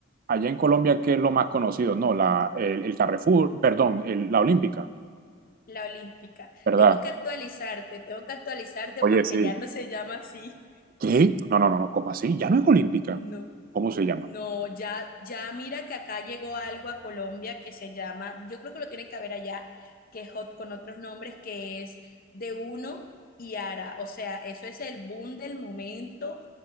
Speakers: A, on the right (about 45°); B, on the left (about 50°).
A: allá en Colombia, ¿qué es lo más conocido? No, la, el, el Carrefour, perdón, el- la Olímpica,
B: La olímpica.
A: ¿verdad?
B: Tengo que actualizarte, tengo que actualizarte
A: Oye,
B: porque
A: sí.
B: ya no se llama así.
A: ¿Qué? No, no, no, no, ¿cómo así? Ya no es Olímpica.
B: No.
A: ¿Cómo se llama?
B: No, ya, ya mira que acá llegó algo a Colombia que se llama, yo creo que lo tiene que haber allá, que es hot con otros nombres, que es de uno y Ara. O sea, eso es el boom del momento